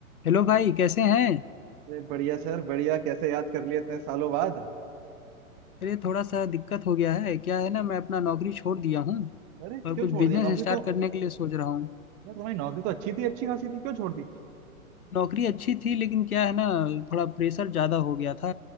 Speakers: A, on the left; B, on the right.
A: हेलो भाई कैसे हैं
B: अरे बढ़िया सर बढ़िया कैसे याद कर लिए इतने सालों बाद
A: अरे थोड़ा सा दिक्कत हो गया है क्या है ना मैं अपना नौकरी छोड़ दिया हूँ
B: अरे
A: और
B: क्यों
A: कुछ
B: छोड़
A: बिजनेस
B: दिया नौकरी
A: स्टार्ट
B: तो
A: करने के लिए सोच रहा हूँ
B: यार तुम्हारी नौकरी तो अच्छी थी अच्छी खासी थी क्यों छोड़ दी
A: नौकरी अच्छी थी लेकिन क्या है ना थोड़ा प्रेशर ज़्यादा हो गया था